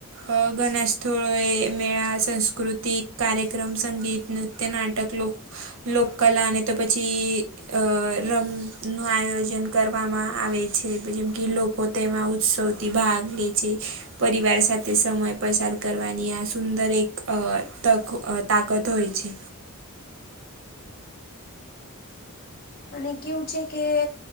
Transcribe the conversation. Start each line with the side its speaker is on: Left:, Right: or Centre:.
Right: અ ઘણાસ્થોળએ મેળા સંસ્કૃતિક કાર્યક્રમ સંગીત નૃત્ય નાટક લોક લોક કલાને તો પછી અ રમનું આયોજન કરવામાં આવે છે જેમ કે લોકો તેમાં ઉત્સવથી ભાગ લે છે. પરિવાર સાથે સમય પસાર કરવાની આ સુંદર એક અ તક તાકત હોય છે.
Left: અને કેવું છે કે